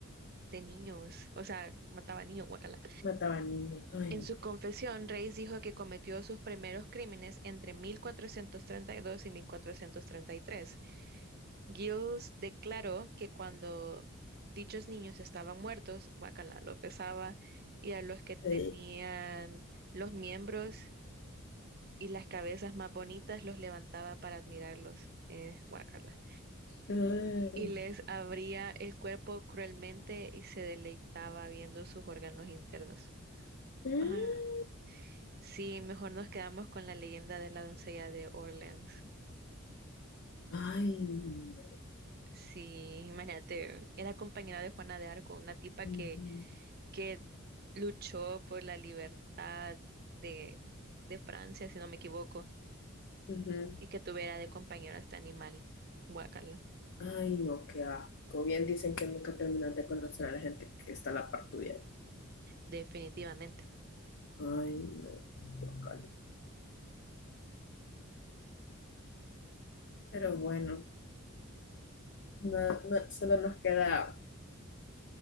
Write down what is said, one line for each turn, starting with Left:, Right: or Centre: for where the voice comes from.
Right: de niños, o sea, mataba niños, guacala.
Left: Mataban niños. Ay,
Right: En su confesión, Reis dijo que cometió sus primeros crímenes entre 1432 y 1433. Giles declaró que cuando dichos niños estaban muertos, Guacala lo pesaba y a los que tenían
Left: eh,
Right: los miembros y las cabezas más bonitas los levantaba para admirarlos, eh, guácala.
Left: eh,
Right: Y les abría el cuerpo cruelmente y se deleitaba viendo sus órganos internos.
Left: eh.
Right: Ajá. Sí, mejor nos quedamos con la leyenda de la doncella de Orleans.
Left: Ay, no.
Right: Sí, imagínate, era compañera de Juana de Arco, una tipa
Left: Ujú,
Right: que, que luchó por la libertad de, de Francia, si no me equivoco,
Left: ujú.
Right: y que tuviera de compañero a este animal. Guacala,
Left: Ay, no, qué asco. Bien dicen que nunca terminas de conocer a la gente que está a la par tuya.
Right: definitivamente.
Left: Ay, no, guacala. Pero bueno, no, no, solo nos queda,